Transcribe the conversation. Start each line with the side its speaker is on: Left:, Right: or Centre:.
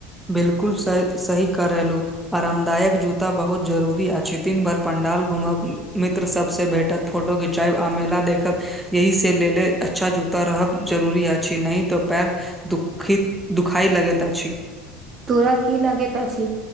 Centre: बिल्कुल सही करेलू आरामदायक जूता बहुत जरूरी अछि, दिन भरि पंडाल घुमब, मित्र सभ सँ भेटत। फोटो घिचायब आ मेला देखब ई सभ सँ लऽ कऽ नीक जुत्ता पहिरब जरूरी अछि नहि तँ पैरमे तकलीफ होयत दुखइ लगैत अछि
Right: तोरा की लागैत अछि